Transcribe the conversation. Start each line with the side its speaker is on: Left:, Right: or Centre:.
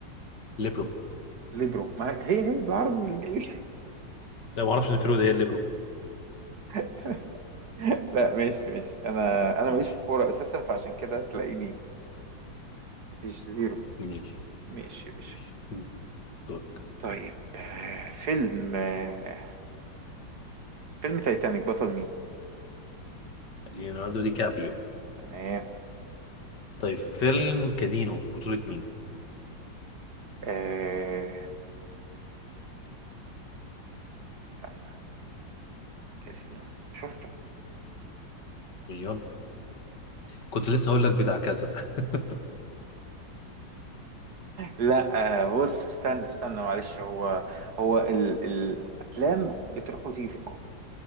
Left: ليبرو
Right: ليبرو ما هي هي بالعربي بالانجليزي
Left: لا ما أعرفش إن فيرو ده إيه الليبرو
Right: <laughs> لا ماشي ماشي انا انا
Left: ماشي
Right: ماليش في الكوره اساسا فعشان كده تلاقيني مفيش زيرو
Left: ماشي
Right: ماشي يا باشا
Left: ماشي دول
Right: طيب آه، فيلم آه، فيلم تايتانيك بطل مين
Left: ليوناردو دي كابريو
Right: تمام
Left: طيب فيلم كازينو بطولة مين؟
Right: آه استنى كاسينو شفته
Left: أيوه كنت لسه هقول لك بتاع كذا <laughs>
Right: لا آه بص استنى استنى معلش هو هو ال... الافلام بتروح وتيجي في دماغي